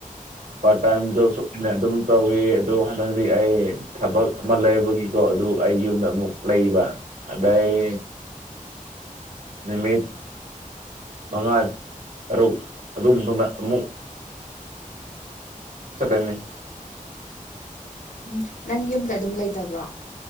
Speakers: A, on the right (about 60°); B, on the left (about 70°).
A: ꯄꯥꯔꯠ ꯇꯥꯏꯝ ꯖꯣꯞꯁꯨ ꯑꯣꯏꯅ ꯑꯗꯨꯝ ꯇꯧꯋꯤ ꯑꯗꯣ ꯍꯟꯗꯛꯇꯤ ꯑꯩ ꯊꯕꯛ ꯑꯃ ꯂꯩꯕꯒꯤꯀꯣ ꯑꯗꯨ ꯑꯩ ꯌꯨꯝꯗ ꯑꯃꯨꯛ ꯂꯩꯕ ꯑꯗꯩ ꯅꯨꯃꯤꯠ ꯃꯉꯥ ꯇꯔꯨꯛ ꯑꯗꯨꯅ ꯑꯃꯨꯛ ꯆꯠꯂꯅꯤ
B: ꯎꯝ ꯅꯪ ꯌꯨꯝꯗ ꯑꯗꯨꯝ ꯂꯩꯇꯕ꯭ꯔꯣ